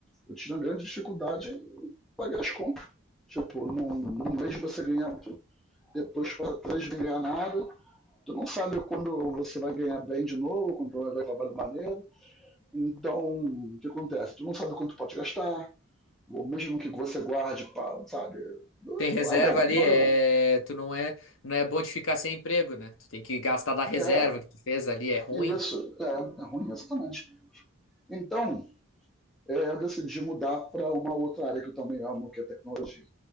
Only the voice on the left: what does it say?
Tem reserva
ali,
é.
Tu não é. Não é bom de ficar sem emprego, né? Tu tem que gastar da reserva
que tu fez ali, é ruim.